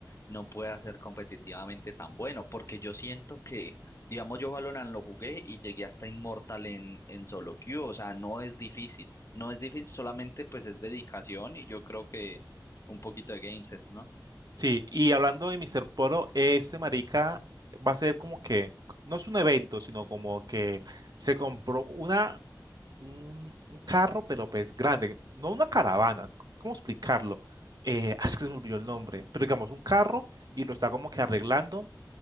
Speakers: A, on the left; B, on the right.
A: no pueda ser competitivamente tan bueno, porque yo siento que, digamos, yo Valorant lo jugué y llegué hasta Inmortal en, en solo queue, o sea, no es difícil, no es difícil, solamente pues es dedicación y yo creo que un poquito de game sense, ¿no?
B: Sí, y hablando de Mr. Poro, este marica va a ser como que, no es un evento, sino como que se compró una, un, un carro, pero pues grande, no una caravana, ¿cómo explicarlo? Eh, <laughs> es que se me olvidó el nombre, pero digamos un carro y lo está como que arreglando